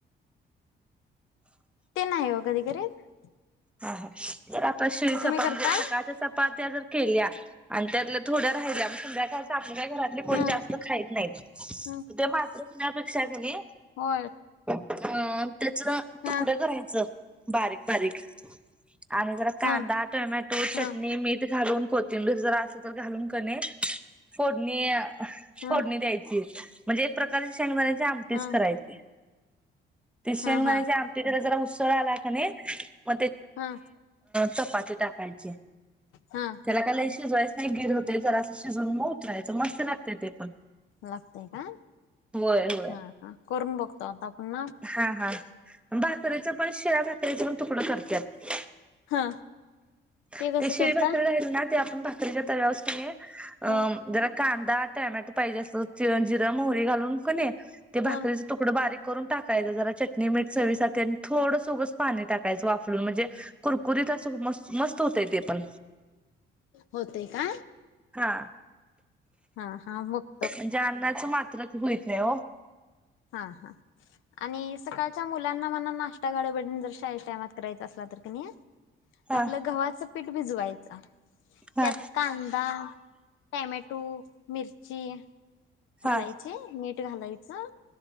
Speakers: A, on the left; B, in the centre.
A: ते नाही हो कधी करीत
B: हा हा जरा प शिळी चपाती
A: तुम्ही करताय
B: म्हणजे सकाळच्या चपात्या जर केल्या आणि त्यातल्या थोड्या राहिल्या म संध्याकाळच्या का घरातली कोणी
A: ह
B: जास्त खाईत नाहीत
A: ह
B: ते मात्र पेक्षा कनी
A: होय.
B: <inaudible> त्याच तुकडं
A: ह
B: करायचं बारीक बारीक आणि जरा कांदा,
A: ह
B: टोमॅटो, चटणी,
A: ह
B: मीठ घालून कोथिंबीर जर असेल तर घालून कणी फोडणी
A: ह
B: फोडणी द्यायची म्हणजे एक प्रकारची शेंगदाण्याची आमटीच
A: ह
B: करायची ती शेंगदाण्याच्या
A: हा हा
B: आमटी कडे जरा <inaudible> <unintelligible>
A: हा
B: चपाती टाकायची
A: हा
B: त्याला काय शीजवायच नाही. गिर होते तर असं शिजून म उतरायचं मस्त लागते ते पण
A: लागतय का
B: होय होय
A: हा हा करून बघतो आतापण
B: हा हा भाकरीच पण शीळ्या भाक तेज तुकडं करतात
A: हा ते
B: <inaudible>
A: कसं
B: भाकरीच्या
A: करता
B: तवावरच कनी अम
A: ह
B: जरा कांदा, टॅमॅटो पाहिजे अस जिरं, मोहरी घालून कनी, ते भाकरीचा
A: हा
B: तुकडा बारीक करून., टाकायच जरा चटणी मीठ चवी साठी आणि थोडं ऊगच पाणी टाकायचं वाफलुन म्हणजे कुरकुरीत असं मस्त होतय ते पण
A: होतय का
B: हा
A: हा हा मगं-
B: म्हणजे अन्नाच मात्र होइथ नाही हो,
A: हा हा आणि सकाळच्या मु <unintelligible> <inaudible> <unintelligible>
B: हा
A: आपलं गव्हाचं पीठ भिजवायचं त्यात
B: हा
A: कांदा, टॉम्याटो, ढबु मिरची, घालायची
B: हा
A: मीठ घालायचं